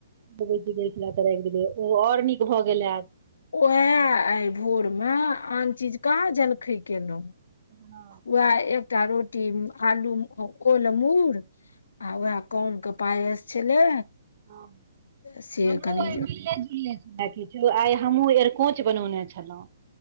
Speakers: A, on the right; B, on the left.
A: राखि देलियै ओ आओर नीक भऽ गेल हायत
B: उहाए आइ भोर मे आन चीज कहाँ जलखै केलहुँ
A: ना
B: वहाए एकटा रोटी आलू कोलमुर आ ओह कोनके पायस छलै
A: हमे
B: से
A: हमरो
B: कनि
A: आइ मिलले झुले आइ हमहुँ एरकोच बनौने छलहुँ